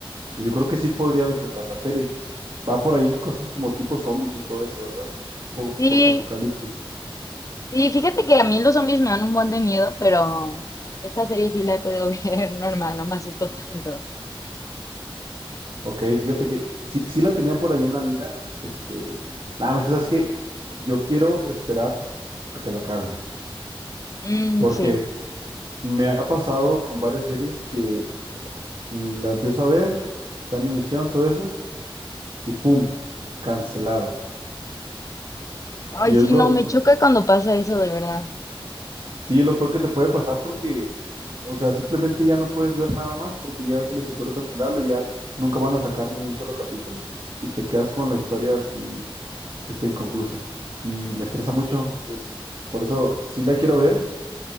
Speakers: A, on the right (about 60°); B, on the left (about 35°).
A: Entonces, yo creo que sí podría disfrutar la serie. Va por ahí cosas como tipo zombies y todo eso, ¿verdad? Po-
B: Sí,
A: Post-apocalipsis.
B: Sí, fíjate que a mí los zombies me dan un buen de miedo, pero esta serie sí la he podido <laughs> ver normal, no me asustó tanto.
A: Ok, fíjate que sí, sí la tenía por ahí en la mira. Este, nada más que sabes que yo quiero esperar a que la acaben.
B: Mm,
A: Porque
B: sí.
A: Me ha pasado con varias series que la empiezo a ver, está en emisión, todo eso, y ¡pum! Cancelada. Y
B: Ay,
A: es
B: sí,
A: lo,
B: no, me choca cuando pasa eso, de verdad.
A: sí, es lo peor que te puede pasar porque, o sea, simplemente ya no puedes ver nada más porque ya se les ocurrió cancelarlo, ya nunca van a sacar ni un solo capítulo. Y te quedas con la historia así, está inconclusa. Y me estresa mucho, entonces, por eso sí la quiero ver,